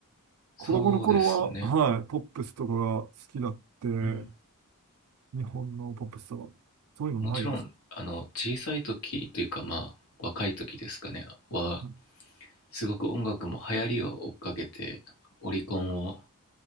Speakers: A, on the left; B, on the right.
A: そうですね。
B: 子供の頃は、はい、ポップスとかが好きだって、
A: うん。
B: 日本のポップスとか。そういうのないです。
A: もちろんあの小さい時というかまあ若い時ですかねは
B: うん
A: すごく音楽も流行りを追っかけてオリコンを